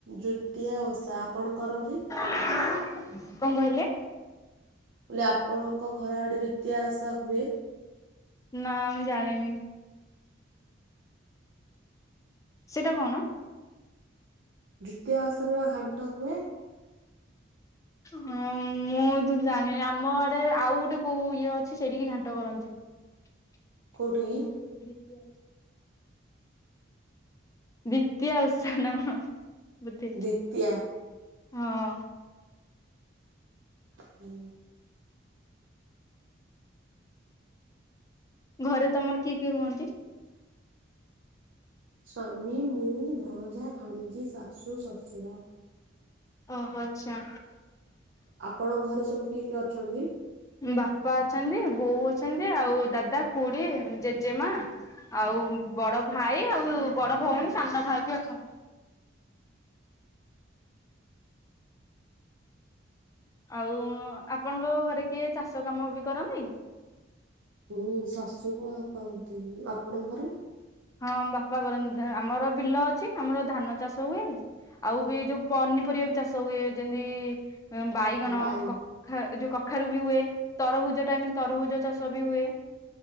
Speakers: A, on the right; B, on the left.
A: ଜୋତିଆ ଓଷା ଆପଣ କରନ୍ତି
B: କଣ କହିଲେ?
A: ବଲେ ଆପଣଙ୍କ ଘର ଆଡେ ଦିତିଆ ଓସା ହୁଏ?
B: ନା ମୁଁ ଜାଣିନି ସେଇଟା କଣ?
A: ଯୁତିଆ ଓସରେ ବା ଘାଣ୍ଟ ହୁଏ।
B: ହଁ ମୁଁ ତ ଜାଣିନି ଆମ ଆଡେ ଆଉ ଗୋଟେ କୋଉ ଇଏ ଅଛି ସେଇଠିକି ଘାଣ୍ଟ କରନ୍ତି। ମୁଗ
A: କୋଉଠି
B: ତିହାସ <unintelligible> ଦିତୀୟ ଓଉ ନା କଣ ବଧେ
A: ଦିତିଆ।
B: ହଁ।
A: ହୁଁ।
B: ଘରେ ତମର କିଏ କିଏ ରୁହନ୍ତି?
A: ସ୍ୱାମୀ ମୁଁ ଭଣଜା ଭାଣଜି ଶାଶୁ ଶଶୁର।
B: ଓହୋ ଆଚ୍ଛା।
A: ଆପଣଙ୍କ ଘରେ ସବୁ କିଏ କିଏ ଅଛନ୍ତି?
B: ବାପା ଅଛନ୍ତି ବୋଉ ଅଛନ୍ତି ଆଉ ଦାଦା ଖୁଡି ଜେଜେମା ଆଉ ବଡ ଭାଇ ଆଉ ବଡ ଭଉଣୀ ସାନ ଭାଇ ବି ଅଛନ୍ତି। ଆଉ ଆପଣଙ୍କ ଘରେ କିଏ ଚାଷ କାମ ବି କରନ୍ତି?
A: ହୁଁ ଶାଶୁର କରନ୍ତି ଆପଣଙ୍କର
B: ହଁ ବାପା କରନ୍ତି, ଆମର ବିଲ ଅଛି ଆମର ଧାନ ଚାଷ ହୁଏ। ଆଉ ବି ଯୋଉ ପନିପରିବା ବି ଚାଷ ହୁଏ। ଯେମିତି ବାଇଗଣ
A: ବାଇ
B: କ ଖା ଯୋଉ କଖାରୁ ବି ହୁଏ ତରଭୁଜ ଟାଇମରେ ତରଭୁଜ ଚାଷ ବି ହୁଏ।